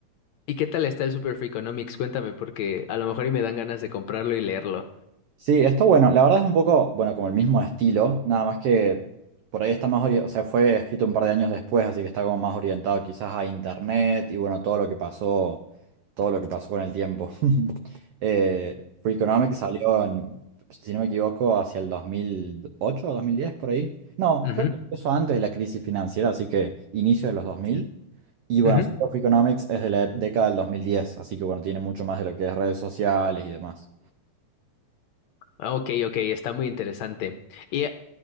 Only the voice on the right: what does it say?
Sí, esto bueno, la verdad es un poco, bueno, como el mismo estilo, nada más que por ahí está más orientado, o sea, fue escrito un par de años después, así que está como más orientado quizás a internet y bueno, todo lo que pasó, todo lo que pasó con el tiempo. Eh, Free salió, en, si no me equivoco, hacia el 2008 o 2010 por ahí. No,
creo que eso antes de la crisis financiera, así que inicio de los dos mil Y bueno,
Free es de la década del 2010, así que bueno, tiene mucho más de lo que es redes sociales y demás.